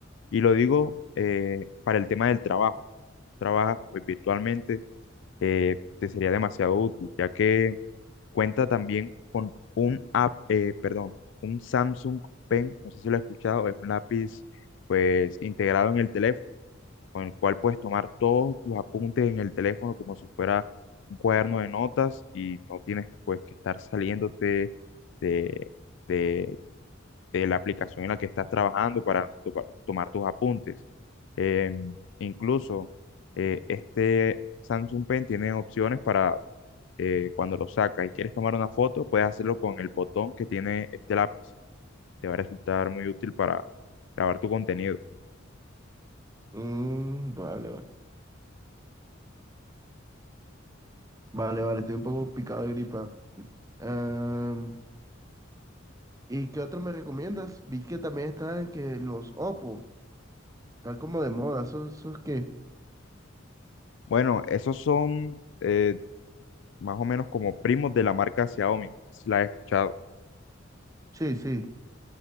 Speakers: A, on the left; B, on the right.
A: y lo digo eh, para el tema del trabajo. Tú trabajas pues virtualmente, eh, te sería demasiado útil, ya que cuenta también con un app, eh, perdón, un Samsung Pen, no sé si lo he escuchado, es un lápiz pues integrado en el teléfono, con el cual puedes tomar todos tus apuntes en el teléfono como si fuera un cuaderno de notas y no tienes pues que estar saliéndote de, de de la aplicación en la que estás trabajando para, tu- para tomar tus apuntes. Eh, incluso eh, este Samsung Pen tiene opciones para eh, cuando lo sacas y quieres tomar una foto, puedes hacerlo con el botón que tiene este lápiz. Te va a resultar muy útil para grabar tu contenido.
B: Mm, vale, vale. Vale, vale, estoy un poco picado de gripa. Em, ¿y qué otro me recomiendas? Vi que también están que los Oppo, están como de moda, ¿esos, esos qué?
A: Bueno, esos son eh, más o menos como primos de la marca Xiaomi, si la he escuchado.
B: Sí, sí.